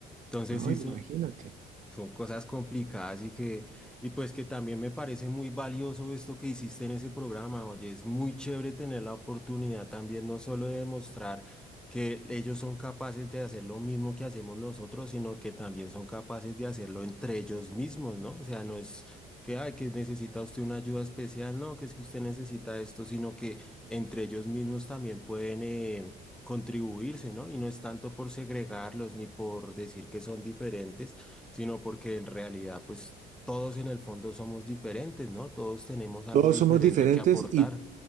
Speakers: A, in the centre; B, on the right.
A: Entonces,
B: no,
A: sí,
B: imagínate.
A: son cosas complicadas y que, y pues que también me parece muy valioso esto que hiciste en ese programa. Oye, es muy chévere tener la oportunidad también no solo de demostrar que ellos son capaces de hacer lo mismo que hacemos nosotros, sino que también son capaces de hacerlo entre ellos mismos, ¿no? O sea, no es que, ay, que necesita usted una ayuda especial, no, que es que usted necesita esto, sino que entre ellos mismos también pueden eh, contribuirse, ¿no? Y no es tanto por segregarlos ni por decir que son diferentes sino porque en realidad, pues todos en el fondo somos diferentes, ¿no? Todos tenemos algo
B: Todos
A: diferente
B: somos diferentes
A: que aportar.
B: y,